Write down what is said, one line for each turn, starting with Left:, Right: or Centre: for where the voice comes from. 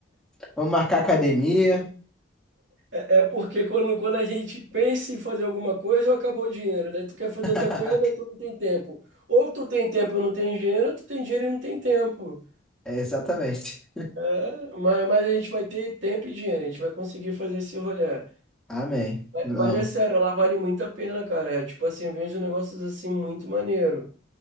Centre: vamos marcar academia.
Right: É, é porque quando, quando a gente pensa em fazer alguma coisa, acabou o dinheiro. Daí tu quer fazer
Centre: <laughs>
Right: outra coisa, mas tu não tem tempo. Ou tu tem tempo e não tem dinheiro, ou tu tem dinheiro e não tem tempo.
Centre: É, exatamente.
Right: É, mas, mas a gente vai ter tempo e dinheiro, a gente vai conseguir fazer esse rolê.
Centre: Amém.
Right: Mas,
Centre: Não.
Right: mas é sério, lá vale muito a pena, cara. É, tipo assim, vem uns negócios assim muito maneiro.